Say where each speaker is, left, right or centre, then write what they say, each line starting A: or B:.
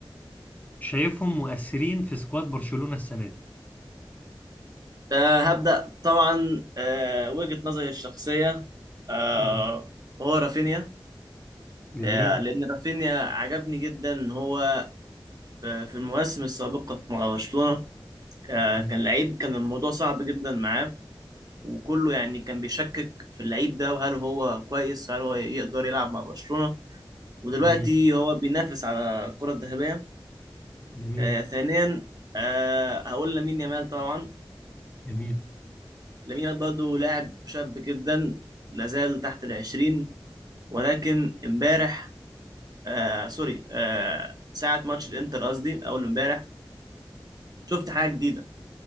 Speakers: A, on the left; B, on the right.
A: شايفهم مؤثرين في سكواد برشلونة السنة دي
B: آه، هبدأ طبعا آه، وجهة نظري الشخصية آه،
A: مم.
B: هو رافينيا
A: جميل
B: آه، لان رافينيا عجبني جدا ان هو في المواسم السابقة مع برشلونة آه،
A: مم.
B: كان لعيب كان الموضوع صعب جدا معاه وكله يعني كان بيشكك في اللعيب ده وهل هو كويس هل هو يقدر يلعب مع برشلونة ودلوقتي
A: جميل
B: هو بينافس على الكرة الذهبية
A: جميل
B: آه، ثانيا آه، هقول لامين يامال طبعا
A: جميل
B: لامين يامال برضه لاعب شاب جدا لازال تحت العشرين ولكن امبارح آه سوري آه ساعة ماتش الانتر قصدي أول امبارح شفت حاجة جديدة